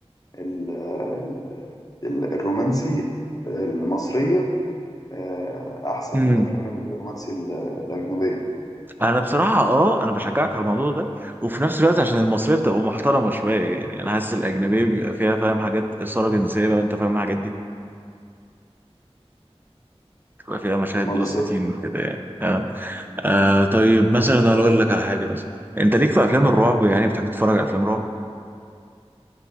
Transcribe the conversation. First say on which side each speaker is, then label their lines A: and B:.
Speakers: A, on the left; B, on the right.
A: ال ال ال الرومانسي المصرية آه، أحسن
B: امم
A: من الأفلام الرومانسي ال- الأجنبية
B: انا بصراحه اه انا بشجعك على الموضوع ده وفي نفس الوقت عشان المصريه بتبقى محترمه شويه يعني انا حاسس الاجنبيه بيبقى فيها فاهم حاجات اثاره جنسيه بقى وانت فاهم الحاجات دي بتبقى فيها مشاهد
A: ما
B: بلس
A: بالظبط
B: 18 وكده يعني آه. آه طيب مثلا هقول لك على حاجه مثلا انت ليك في افلام الرعب يعني بتحب تتفرج على افلام رعب